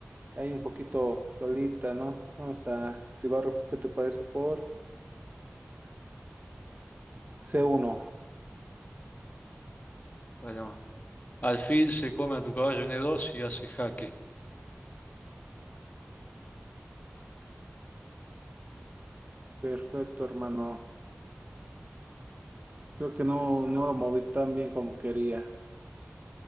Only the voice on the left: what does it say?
Bueno, alfil se come a tu caballo en E2 y hace jaque.